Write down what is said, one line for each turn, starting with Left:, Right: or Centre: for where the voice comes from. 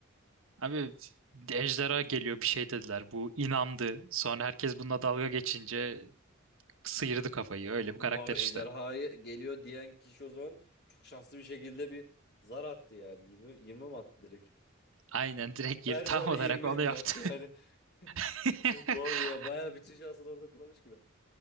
Right: Abi ejderha geliyor bir şey dediler. Bu inandı. Sonra herkes bununla dalga geçince sıyırdı kafayı. Öyle
Left: Vav
Right: bir karakter
Left: ejderhaya
Right: işte.
Left: geliyor diyen kişi o zaman çok şanslı bir şekilde bir zar attı yani. 20, 20 mi attı direkt?
Right: Aynen direkt
Left: Her
Right: yeri tam
Left: zara
Right: olarak
Left: 20
Right: onu
Left: mi
Right: yaptı.
Left: attı yani?
Right: <laughs>
Left: <laughs> Vav ya bayağı bütün şansını orada kullanmış gibi.